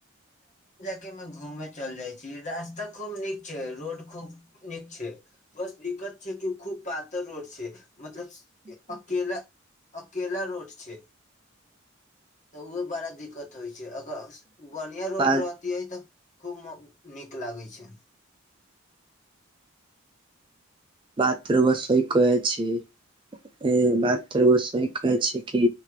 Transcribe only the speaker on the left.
के मे घूमे चल जाइ छी रास्ता खूब नीक छै रोड खूब नीक छै बस दिक्कत छै क खूब पातर रोड छै मतलब अकेला अकेला रोड छै तऽ उह बड़ा दिक्कत होइ छै अग बढ़िया रोड
रहती है तऽ खूब नीक लागै छै